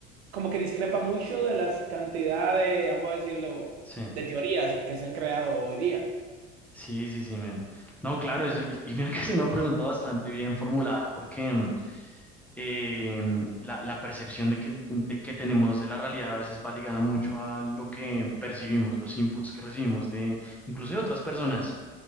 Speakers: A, on the right (about 80°); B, in the centre.
A: como que discrepa mucho de las cantidades, vamos a decirlo,
B: sí.
A: de teorías que se han creado hoy día.
B: Sí, sí, sí, men. No, claro, es- y, y mira que es una pregunta bastante bien formulada, porque mm, eh, mm, la, la percepción de que, de que tenemos de la realidad a veces va ligada mucho a lo que percibimos, los inputs que recibimos de incluso de otras personas.